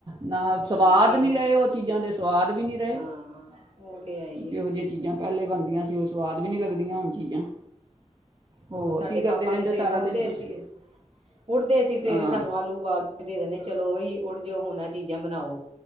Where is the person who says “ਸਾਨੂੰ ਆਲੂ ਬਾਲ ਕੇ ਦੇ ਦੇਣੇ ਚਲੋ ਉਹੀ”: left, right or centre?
Right